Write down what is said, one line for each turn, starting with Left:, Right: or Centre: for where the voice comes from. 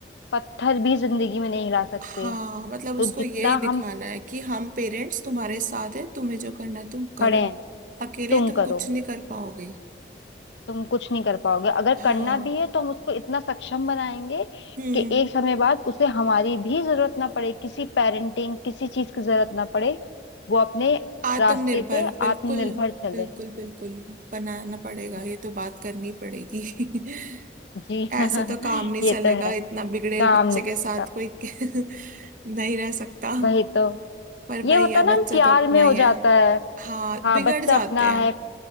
Left: पत्थर भी जिंदगी में नहीं हिला सकते
Right: हाँ मतलब उसको
Left: तो जितना
Right: यही दिखाना
Left: हम
Right: है कि हम पेरेंट्स
Left: हम्म
Right: तुम्हारे साथ हैं तुम्हें जो करना है तुम करो
Left: खड़े हैं
Right: अकेले
Left: तुम
Right: तुम
Left: करो
Right: कुछ नहीं कर पाओगे
Left: तुम कुछ नहीं कर पाओगे अगर
Right: हाँ
Left: करना भी है तो हम उसको इतना सक्षम बनाएंगे
Right: हम्म
Left: कि एक समय बाद उसे हमारी भी जरूरत ना पड़े किसी पेरेंटिंग किसी चीज की जरूरत ना पड़े वो अपने
Right: आत्मनिर्भर
Left: रास्ते पे
Right: बिल्कुल
Left: आत्मनिर्भर चले
Right: बिल्कुल बिल्कुल बनाना पड़ेगा
Left: जी
Right: ये तो बात करनी पड़ेगी <laughs>
Left: जी <laughs>
Right: ऐसे तो काम नहीं
Left: ये
Right: चलेगा
Left: तो है
Right: इतना बिगड़ेल
Left: काम
Right: बच्चे
Left: नहीं
Right: के
Left: चलेगा
Right: साथ कोई <laughs> नहीं रह सकता
Left: वही तो
Right: पर
Left: ये
Right: वही
Left: होता
Right: है
Left: है ना
Right: बच्चा
Left: हम प्यार
Right: तो अपना
Left: में हो
Right: ही
Left: जाता
Right: है
Left: है
Right: हाँ
Left: हाँ
Right: बिगड़
Left: बच्चा
Right: जाते
Left: अपना
Right: हैं
Left: है